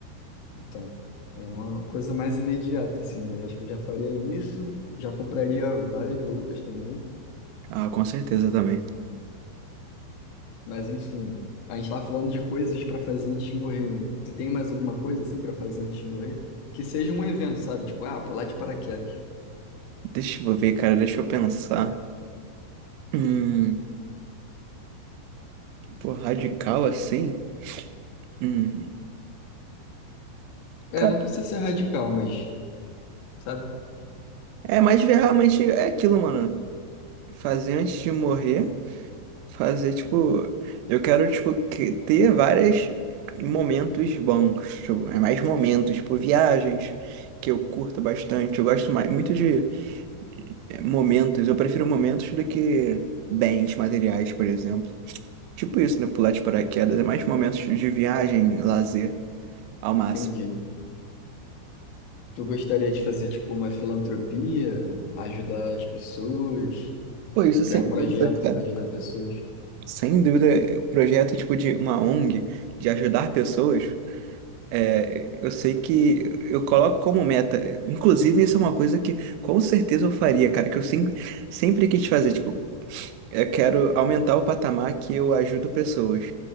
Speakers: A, on the left; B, on the right.
A: Então, é uma coisa mais imediata, assim, mas acho que eu já faria isso, já compraria várias roupas também,
B: Ah, com certeza também.
A: mas enfim, a gente tá falando de coisas para fazer antes de morrer, né? Tu tem mais alguma coisa, assim, para fazer antes de morrer? Que seja um evento, sabe? Tipo, ah, pular de paraquedas.
B: Deixa eu ver, cara, deixa eu pensar. Hum, pô, radical assim? Hum,
A: É,
B: cara,
A: não precisa ser radical, mas, sabe?
B: é mais ver realmente é aquilo, mano. Fazer antes de morrer. Fazer, tipo, eu quero, tipo, que- ter vários momentos bons, tipo, é mais momentos, tipo, viagens que eu curto bastante. Eu gosto mais, muito de eh, momentos, eu prefiro momentos do que bens materiais, por exemplo. Tipo isso, né? Pular de paraquedas, é mais momentos de viagem, lazer, ao máximo.
A: Entendi. Tu gostaria de fazer, tipo, uma filantropia, ajudar as pessoas,
B: Pô, isso
A: criar
B: sem
A: um projeto
B: dúvida, cara.
A: para ajudar pessoas?
B: Sem dúvida, o projeto, tipo, de uma ONG, de ajudar pessoas. É, eu sei que eu coloco como meta, inclusive isso é uma coisa que com certeza eu faria, cara, que eu sempre, sempre quis fazer, tipo, eu quero aumentar o patamar que eu ajudo pessoas.